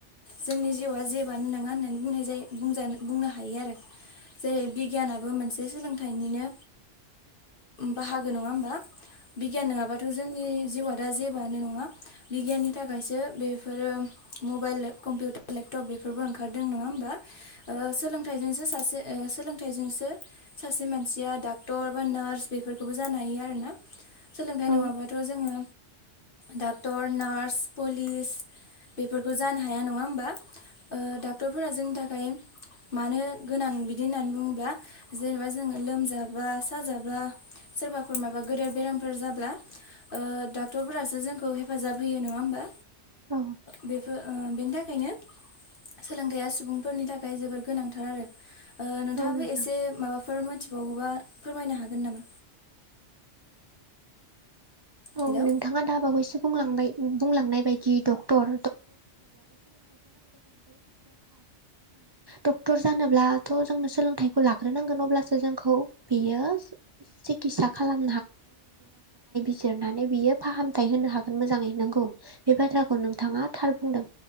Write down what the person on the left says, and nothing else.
जोंनि जिउआ जेबोआानो नङा होननानै बुंनाय जायोज बुंनो ह हायो आरो जेरै बिगियानाबो मोनसे सोलोंथाइनिनो बाहागो नङा होमबा? बिगियान नङाबाथ' जोंनि जिउआ दा जेबानो नङा बिगियाननि थाखायसो बेफोरो मबाइल कम्पिउटार लेपटप बेफोरबो ओंखारदों नङा होमबा? सोलोंथाइजोंसो सासे सोलोंथाइजोंसो सासे मानसिया डाक्टर बा नार्स बेफोरखौबो जानो हायो आर ना? सोलोंथाइ
नङाबाथ' जोङो डाक्टर नार्स पुलिस बेफोरखौ जानो हाया, नङा होमबा? डाक्टरफोरा जोंनि थाखाय मानो गोनां? बिदि होननानै बुङोब्ला जेनेबा जोङो लोमजाबा साजाब्ला सोरबाफोर माबा गदेर बेरामफोर जाब्ला डाक्टरफोरासो जोंखौ हेफाजाब होयो नङा होमबा?
बेफोर बेनि थाखायनो सोलोंथाइया सुबुंफोरनि थाखायल जोबोर गोनांथार आरो, नोंथाङाबो
एसे माबाफोर मोनथिबावोबा फोरमायनो हागोन नामा?
हेलौ